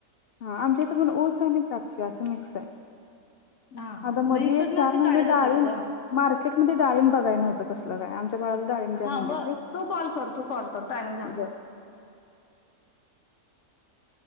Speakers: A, on the left; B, on the left.
A: हा आमच्या इथ पण ऊस आणि द्राक्ष अस मिक्स आहे
B: हा हा
A: आता मधी
B: मग इकडनं
A: एक चार
B: अशा
A: महिने
B: काढ्या
A: डाळीम
B: जातात ग
A: मार्केटमध्ये डालिंब बघाय नव्हत कसल काय आमच्या बाळाला डाळिंब द्या
B: थांब
A: म्हणते
B: हं
A: ते
B: तू कॉल कर तू कॉल कर टायमिंग झालं.
A: बर
B: <inaudible>